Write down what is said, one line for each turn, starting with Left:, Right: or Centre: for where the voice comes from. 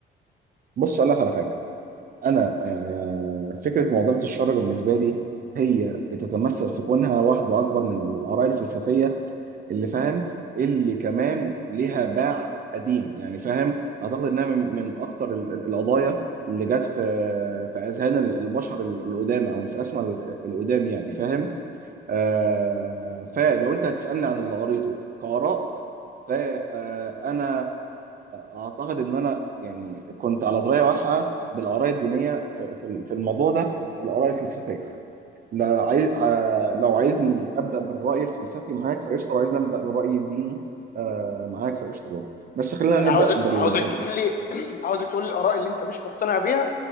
Right: بص اقول لك على حاجه انا آه فكره معضله الشر بالنسبه لي هي بتتمثل في كونها واحده اكبر من الاراء الفلسفيه اللي فاهم اللي كمان ليها باع قديم يعني فاهم اعتقد انها من, من اكتر ال- ال- القضايا اللي جت في في اذهان ال- البشر ال- القدام او الفلاسفه ال- القدام يعني فاهم آه فلو انت هتسالني عن اللي قريته كاراء فانا اعتقد ان انا يعني كنت على درايه واسعه بالاراء الدينيه في في في الموضوع ده والاراء الفلسفيه لا عايز ع- لو عايزني ابدا بالراي الفلسفي معاك فقشطه لو عايزني ابدا بالراي الديني آه، معاك فقشطه برضه بس خلينا
Left: انا
Right: نبدا
Left: عاوز
Right: بال
Left: عاوزك
Right: ب-
Left: تقول لي <clears throat> عاوزك تقول لي الاراء اللي انت مش مقتنع بيها